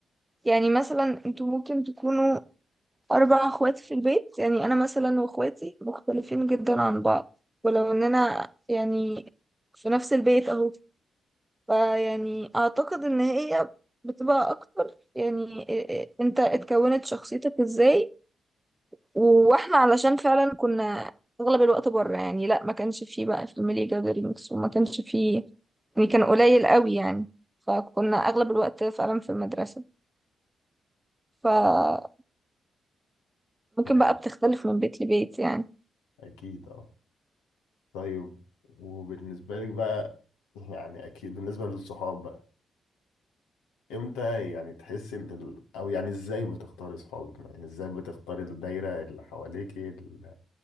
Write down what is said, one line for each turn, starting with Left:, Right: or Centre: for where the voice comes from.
Right: يعني مثلا انتوا ممكن تكونوا أربع أخوات في البيت يعني أنا مثلا وأخواتي مختلفين جدا عن بعض ولو إننا يعني في نفس البيت أهو فيعني أعتقد إن هي بتبقى أكتر يعني إ- إ- أنت اتكونت شخصيتك إزاي وإحنا علشان فعلا كنا أغلب الوقت بره يعني لأ ما كانش فيه بقى في الميلي جادرينجز وما كانش فيه يعني كان قليل قوي يعني فكنا أغلب الوقت فعلا في المدرسة فممكن
Left: طيب
Right: بقى بتختلف من بيت لبيت يعني
Left: أكيد أه طيب وبالنسبة لك بقى يعني أكيد بالنسبة للصحاب بقى إمتى يعني تحس إن ال... أو يعني إزاي بتختاري صحابك يعني إزاي بتختاري الدايرة اللي حواليكي ال...